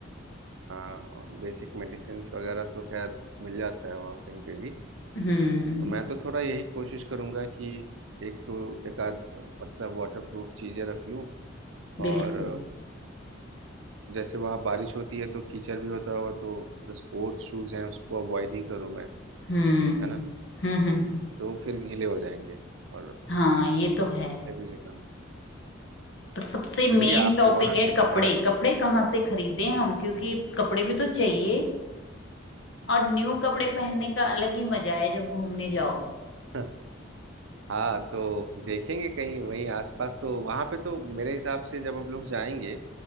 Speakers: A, on the right; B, on the left.
A: हाँ बेसिक मेडिसिन्स वगैरह तो खैर मिल जाता है वहाँ कहीं पे भी
B: हम्म
A: तो मैं तो थोड़ा यही कोशिश करूंगा कि एक तो एक आध मतलब वाटर प्रूफ चीजें रख लूं
B: बिल्कुल
A: और अ, जैसे वहाँ बारिश होती है तो कीचड़ भी होता होगा तो जो स्पोर्ट्स शूज हैं उसको अवॉइड ही करूँ मैं
B: हम्म
A: है ना
B: हम्म हम्म
A: तो वो फिर गीले हो जाएंगे और
B: हाँ ये तो है
A: उससे भी जुकाम
B: पर सबसे मेन
A: चलिए आप
B: टॉपिक
A: वहाँ
B: है
A: गए
B: कपड़े
A: हाँ
B: कपड़े कहाँ से खरीदें हम क्योंकि कपड़े भी तो चाहिए और न्यू कपड़े पहनने का अलग ही मजा है जब घूमने जाओ
A: <laughs> हाँ तो देखेंगे कहीं वहीं आसपास तो वहां पे तो मेरे हिसाब से जब हम लोग जाएंगे